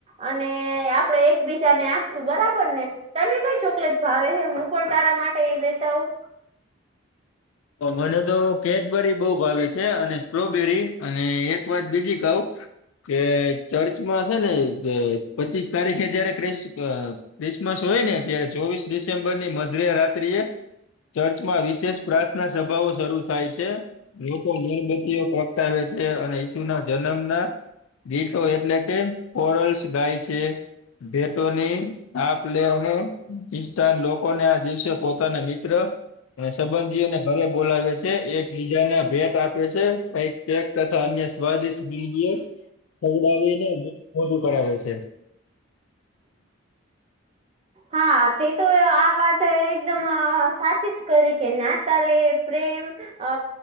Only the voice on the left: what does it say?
મને તો કેડબરી બહુ ભાવે છે અને સ્ટ્રોબેરી અને એક વાત બીજી કઉ. કે ચર્ચમાં છેને પચીસ તારીખે જયારે ક્રિસ્ ક્રિસમસ હોય ને અત્યારે ચોવીસ ડિસેમ્બર ની મધ્ય રાત્રી એ ચર્ચમાં વિશેષ પ્રાર્થના સભાઓ શરૂ થાય છે. લોકો મીણબત્તીઓ પ્રગટાવે છે અને ઈસુ ના જન્મના. દીઠો એટલે કે પોરલ્સ ગાય છે. ભેટોની આપ લેવામ ખ્રિસ્ટન લોકોને આ દિવસે પોતાના મિત્ર અને સંબંધીઓને. ઘરે બોલાવે છે એક બીજાને ભેટ આપે છે, કઇક કેક તથા અન્ય સ્વાદિષ્ટ વિનગી. સમદાવે ન મોટું કરાવે છે.